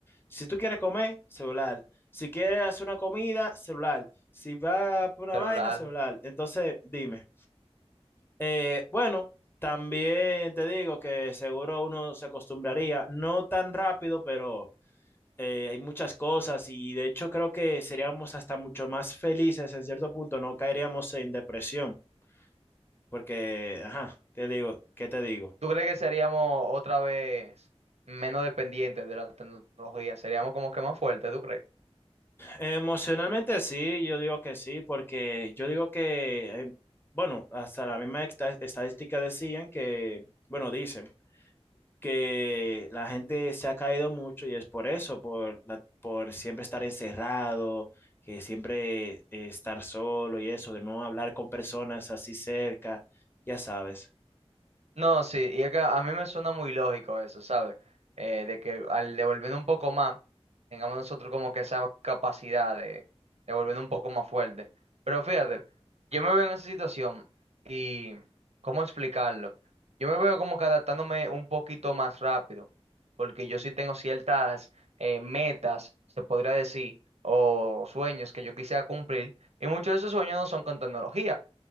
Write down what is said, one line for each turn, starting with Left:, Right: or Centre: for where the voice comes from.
Left: Si tú quieres comer, celular. Si quieres hacer una comida, celular. Si vas por una
Right: celular?
Left: vaina, celular. Entonces, dime. Eh, bueno, también te digo que seguro uno se acostumbraría, no tan rápido, pero eh, hay muchas cosas y de hecho creo que seríamos hasta mucho más felices en cierto punto, no caeríamos en depresión, porque, ajá, te digo, ¿qué te digo?
Right: ¿Tú crees que seríamos otra vez menos dependientes de la tecnología? Seríamos como que más fuertes, ¿tú crees?
Left: Emocionalmente sí, yo digo que sí, porque yo digo que, eh, bueno, hasta la misma esta- estadística decían que, bueno, dicen que la gente se ha caído mucho y es por eso, por, la- por siempre estar encerrado, que siempre eh, estar solo y eso, de no hablar con personas así cerca, ya sabes.
Right: No, sí, y es que a mí me suena muy lógico eso, ¿sabes? Eh, de que al devolver un poco más, tengamos nosotros como que esa capacidad de devolver un poco más fuerte. Pero fíjate, yo me veo en esa situación y, ¿cómo explicarlo? Yo me veo como que adaptándome un poquito más rápido, porque yo sí tengo ciertas eh, metas, se podría decir, o sueños que yo quisiera cumplir, y muchos de esos sueños no son con tecnología.